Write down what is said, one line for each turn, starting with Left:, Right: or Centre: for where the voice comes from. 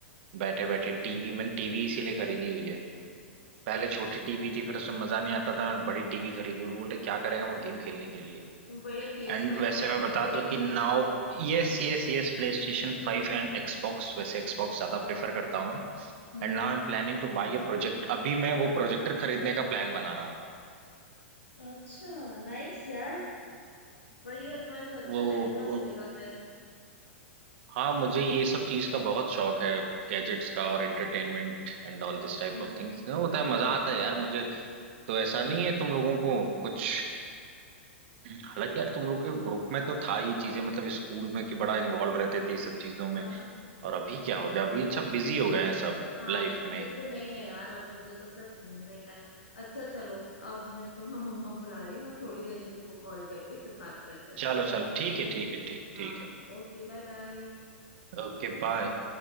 Right: बैठे बैठे टीवी मैंने टीवी इसीलिए खरीदी हुई है पहले छोटी टीवी थी फिर उसमें मजा नहीं आता था मैंने बड़ी टीवी खरीदी वो लोग बोलते क्या करेगा मैं गेम खेलने के लिए
Left: तुम बढ़िया पी एस
Right: एंड
Left: फाइव
Right: वैसे
Left: और ये
Right: मैं
Left: सब
Right: बता
Left: खेलते
Right: दूं कि
Left: होगे
Right: now
Left: ना
Right: yes yes yes प्ले स्टेशन फाइव and Xbox वैसे एक्सबॉक्स ज्यादा प्रेफर करता हूँ मैं
Left: हम्म
Right: And now
Left: हम्म
Right: I am planning to buy a project अभी मैं वो प्रोजेक्टर खरीदने का प्लान बना रहा हूँ
Left: अच्छा नाइस यार बढ़िया तुम्हारे तो अच्छा
Right: वो,
Left: टाइम पास
Right: वो
Left: होएगा फिर
Right: हाँ मुझे ये सब चीज का बहुत शौक है गैजेट्स का और entertainment and all this type
Left: हम्म
Right: of things
Left: हम्म।
Right: होता
Left: हम्म।
Right: है मजा आता है यार मुझे तो ऐसा नहीं है तुम लोगों को कुछ हालांकि यार तुम लोग के ग्रुप में तो था ये चीजें मतलब स्कूल में कि बड़ा इन्वॉल्व रहते थे ये सब चीजों में
Left: हाँ
Right: और अभी
Left: बढ़िया
Right: क्या हो गया अभी सब बिजी हो गए हैं सब
Left: हाँ
Right: लाइफ
Left: मुझे
Right: में
Left: तो नहीं है यार अब मुझे तो सिर्फ घूमने का है अच्छा चलो अब मेरे को ना मम्मा बुला रही है मैं थोड़ी देर में तुमको कॉल करती हूँ फिर बात करते हैं
Right: चलो
Left: अपन।
Right: चलो ठीक है ठीक है ठीक
Left: हाँ
Right: ठीक
Left: हाँ
Right: है
Left: ओके बाय बाय
Right: Okay bye